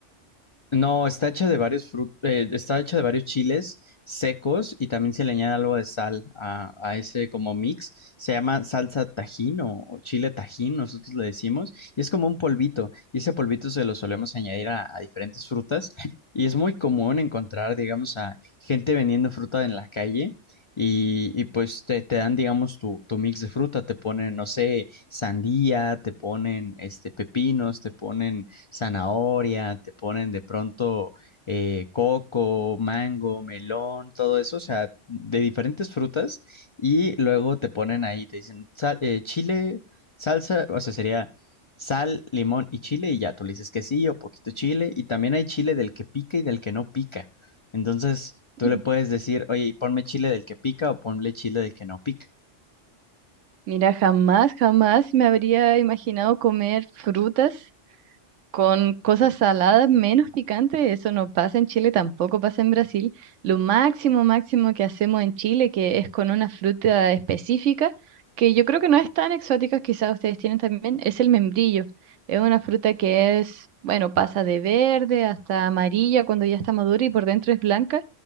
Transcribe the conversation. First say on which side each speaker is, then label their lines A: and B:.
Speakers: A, on the left; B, on the right.
A: No, está hecha de varios frut- eh, está hecha de varios chiles secos y también se le añade algo de sal a, a ese como mix. Se llama salsa tajín o, o chile tajín, nosotros le decimos, y es como un polvito. Y ese polvito se lo solemos añadir a, a diferentes frutas y es muy común encontrar, digamos, a gente vendiendo fruta en la calle. Y, y pues te, te dan, digamos, tu, tu mix de fruta, te ponen, no sé, sandía, te ponen este pepinos, te ponen zanahoria, te ponen de pronto eh, coco, mango, melón, todo eso, o sea, de diferentes frutas y luego te ponen ahí, te dicen sal- eh, chile, salsa, o sea, sería sal, limón y chile y ya, tú le dices que sí o poquito chile y también hay chile del que pica y del que no pica. Entonces, tú
B: <laughs>
A: le puedes decir, oye, ponme chile del que pica o ponle chile del que no pica.
B: Mira, jamás, jamás me habría imaginado comer frutas. Con cosas saladas menos picantes, eso no pasa en Chile, tampoco pasa en Brasil. Lo máximo, máximo que hacemos en Chile, que es con una fruta específica, que yo creo que no es tan exótica, quizás ustedes tienen también, es el membrillo. Es una fruta que es, bueno, pasa de verde hasta amarilla cuando ya está madura y por dentro es blanca.